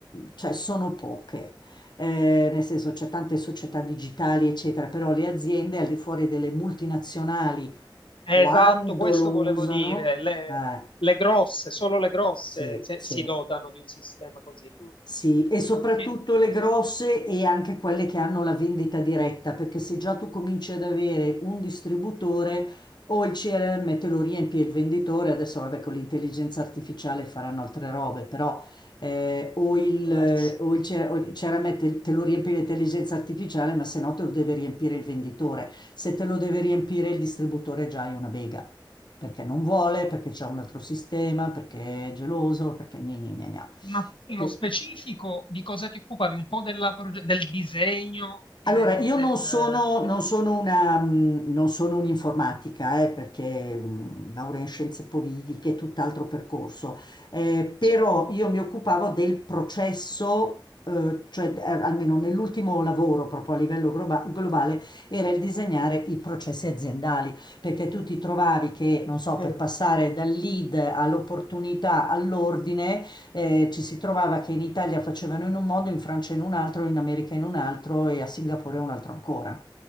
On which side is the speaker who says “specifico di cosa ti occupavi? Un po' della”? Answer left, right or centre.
Left